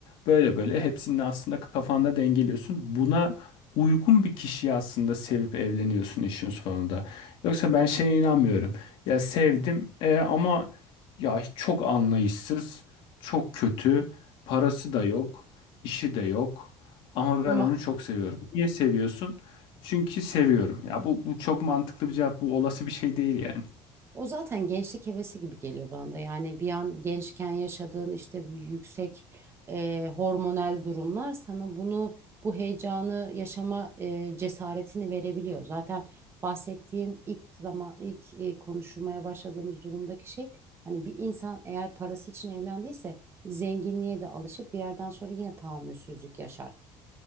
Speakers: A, on the left; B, on the right.
A: Böyle böyle hepsini aslında kafanda dengeliyorsun. Buna uygun bir kişiyi aslında sevip evleniyorsun işin sonunda. Yoksa ben şeye inanmıyorum. Ya sevdim e, ama ya çok anlayışsız, çok kötü, parası da yok, işi de yok. Ama
B: Ama
A: ben onu çok seviyorum. Niye seviyorsun? Çünkü seviyorum. Ya bu, bu çok mantıklı bir cevap. Bu olası bir şey değil yani.
B: O zaten gençlik hevesi gibi geliyor bana da. Yani bir an gençken yaşadığın işte bir yüksek e, hormonal durumlar sana bunu bu heyecanı yaşama e, cesaretini verebiliyor. Zaten bahsettiğin ilk zaman ilk e, konuşmaya başladığımız durumdaki şey hani bir insan eğer parası için evlendiyse zenginliğe de alışıp bir yerden sonra yine tahammülsüzlük yaşar.